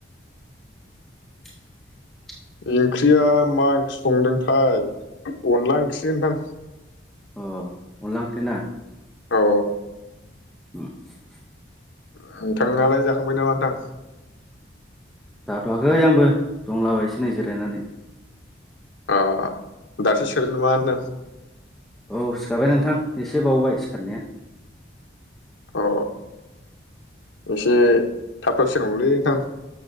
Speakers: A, in the centre; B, on the left.
A: <inaudible>
B: ओंख्रिया मा ओंख्रि संदोंथाय अनला ओंखि नोंथां
A: अ अनला ओंख्रि ना?
B: अ
A: <unintelligible>
B: नोंथाङालाय जाखांबाय नामा नोंथां?
A: जाथ'वाखै आंबो दंलाबाय एसे नै जिरायनानै।
B: अ दासो सिखारदों नामा नोंथां?
A: औ सिखारबाय नोंथां एसे बावबाय सिखारनाया।
B: अ एसे थाब थाब <unintelligible> नोंथां